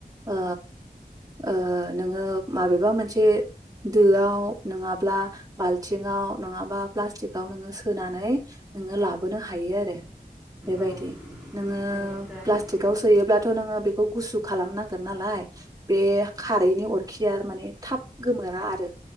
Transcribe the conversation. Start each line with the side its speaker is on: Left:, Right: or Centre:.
Right: ओ ओ नोङो माबेबा मोनसे दोआव नङाब्ला बाल्थिङाव नङाब बा प्लासटिकाव नोङो सोनानै नोङो लाबोनो हायो आरो। बेबायदि
Centre: औ
Right: नोङो
Centre: बेनिफ्राय
Right: प्लास्टिकआव
Centre: उम,
Right: सोयोब्लाथ नोङो बेखौ गुसु खालामनांगोन नालाय बे खारैनि अर खिया माने थाब गोमोरा आरो